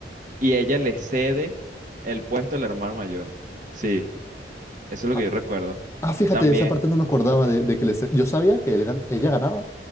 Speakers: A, on the right; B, on the left.
A: Y ella le cede el puesto al hermano mayor. Sí, eso es lo
B: Ah,
A: que yo recuerdo.
B: ah, fíjate,
A: También,
B: esa parte no me acordaba de, de que les, yo sabía que él gan- ella ganaba